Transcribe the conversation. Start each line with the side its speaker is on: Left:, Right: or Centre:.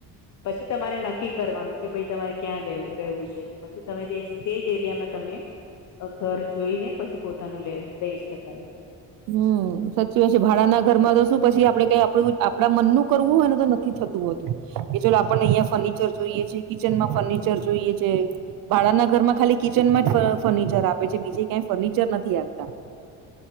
Left: પછી તમારે નક્કી કરવાનું કે ભાઈ તમારે ક્યાં રહ રહેવું છે પછી તમે તે જ તે જ એરિયામાં તમે ઘર જોઈને પછી પોતાનું લ લઈ શકાય.
Right: હમ સાચી વાત છે ભાડાના ઘરમાં તો શું પી આપડે કઈ આપડું આપડા મન નું કરવું હોય ને તો, થી થતું હતું કે ચાલ આપણે અહિયાયા ફર્નિચર જોઈએ છે કિચન માં ફર્નિચર જોઈએ છે, ભાડાના ઘરમાં ખાલી કિચનમાં જ ફર્નિચર આપે છે બીજે કંઈ ફર્નિચર નથી આપતા.